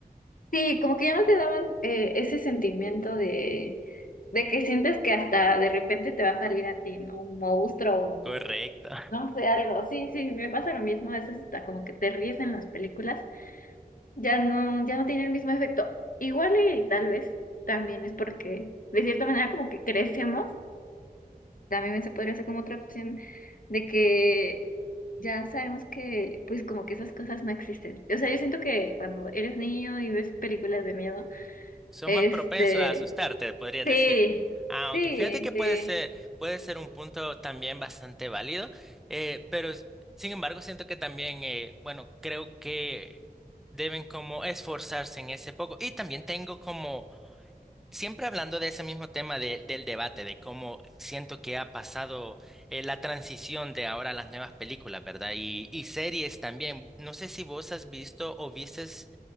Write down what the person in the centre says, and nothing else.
Correcto.
Son
más propensos a asustarte, podrías
decir. Ah, Aunque
fíjate que puede
ser, puede ser un punto también bastante válido, eh, pero s- sin embargo siento que también, eh, bueno, creo que deben como esforzarse en ese poco. Y también tengo como, siempre hablando de ese mismo tema de- del debate, de cómo siento que ha pasado eh, la transición de ahora a las nuevas películas, ¿verdad? Y, y series también. No sé si vos has visto o vistes